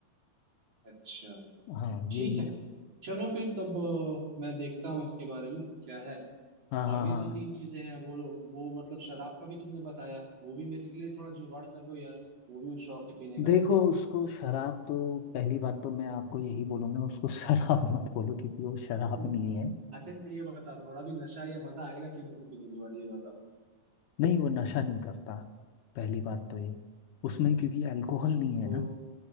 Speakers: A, on the right; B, on the left.
A: अच्छा
B: हाँ
A: ठीक
B: यही
A: है चलो फिर तब अ, मैं देखता हूँ इसके बारे में क्या है
B: हाँ हाँ
A: और भी
B: हाँ
A: दो तीन चीजें हैं वो वो मतलब शराब का भी तुमने बताया वो भी मेरे लिए थोड़ा जुगाड़ कर दो यार वो भी शौक है पीने का
B: देखो उसको शराब तो पहली बात तो मैं आपको यही बोलूंगा उसको <laughs> शराब मत बोलो क्योंकि वो शराब
A: <laughs>
B: नहीं है
A: अच्छा ये बताओ थोड़ा भी नशा या मजा आएगा कि नहीं उसे पीने के बाद ये बताओ
B: नहीं वो नशा नहीं करता पहली बात तो ये उसमें क्योंकि अल्कोहल नहीं
A: तो
B: है ना